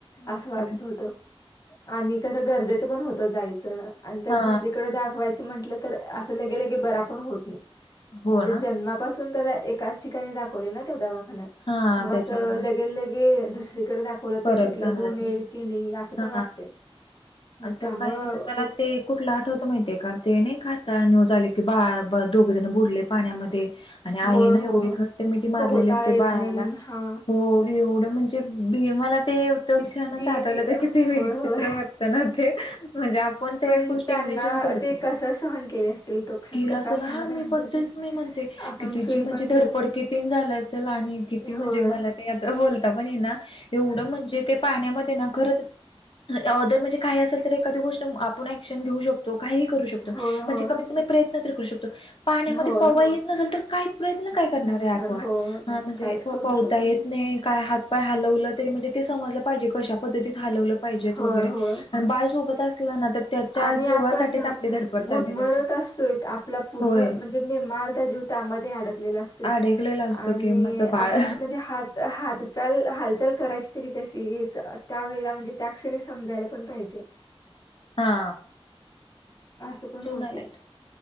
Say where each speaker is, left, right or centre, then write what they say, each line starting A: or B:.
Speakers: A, on the left; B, on the left.
A: मग
B: असं वाटत
A: काय
B: होत. आणि कसं गरजेचं पण होत जायचं आणि त्याला
A: हा
B: दुसरीकडे दाख व्हायचं म्हंटलं तर असं लगे लगे बरा पण होत नाही.
A: हो
B: म्हणजे
A: ना
B: जन्मापासून त्याला एकाच ठिकाणी दाखवले ना त्या दवाखान्यात
A: हा
B: मग
A: त्याच्यामुळे
B: असं लगेल लग हे दुसरीकड दाख कोण
A: फरक
B: तर तिथलं
A: जाणवत
B: गुण येईल
A: नाही
B: की नाही असं
A: हा
B: पण वाटते मग
A: आता
B: त्यामुळं.
A: काय झालं मला ते कुठला आठवत माहिती आहे का ते नाही खात झाले की बा दोघे जण बुडले पाण्यामध्ये. आणि आईन
B: होय होय
A: एवढी घट्ट मिठी
B: पोहता
A: मारलेली असते
B: येत
A: बाळाला
B: नाही म्हणून हा
A: हो. एवढं म्हणजे भे मला ते. त
B: किती
A: क्षणच आठवलं तर किती वेगचित्र
B: होय होय
A: वाटतं ना ते म्हणजे आपण ते
B: पण
A: कुष्ठ.
B: त्यांना
A: ते इमॅजिन करतो
B: ते कसं सहन केले असतील तो क्षण
A: गेला
B: कसा
A: असला
B: असेल
A: हा मी
B: त्यांच्यासाठी
A: पण तेच मी म्हणते.
B: आपण
A: की तिची
B: फील
A: म्हणजे
B: पण
A: धडपड
B: केलं तर
A: किती झाला असेल आणि किती
B: होय.
A: म्हणजे मला ते आत बोलता पण ये ना एवढं म्हण जे ते पाण्यामध्ये ना खरंच. ऑदर म्हणजे काही असेल तर एखादी गोष्ट आपण ऍक्शन घेऊ शकतो काही करू श <unintelligible> म्हणजे
B: होय, होय,
A: कमीत कमी प्रयत्न तर करू शकतो. पाण्यामध्ये
B: होय.
A: पवा येत नसेल तर काय प्रयत्न काय करणार आहे आपण.
B: होय.
A: हा म्हणजे
B: काहीच
A: पो
B: करू
A: पहता
B: शकत
A: येत नाही काय हात. पाय हलवलं तरी म्हणजे ते समजलं पाहिजे कशा पद्धतीत हलवलं पाहिजेत
B: होय,
A: वगैरे.
B: होय.
A: आणि बाळ झोपत असलं ना तर. त्याच्या
B: आणि
A: जीवासाठीच
B: आपण
A: आपली धडपड
B: गुदमरत
A: चाललेली असते.
B: असतोय आपला पूर्ण
A: होय
B: म्हणजेे निमा अर्धा जीव. त्यामध्ये अडकलेला असतोय
A: अडकलेला असतो
B: आणि
A: की माझं बाळ
B: आपण म्हणजे हात. हा ते च्याल चाल हालचाल करायची तरी कशी <unintelligible> त्यावेेळेला म्हणजे त्या क्षणी समजायला पण पाहिजे.
A: हा.
B: असं पण
A: जेवून
B: होते
A: आलाय तो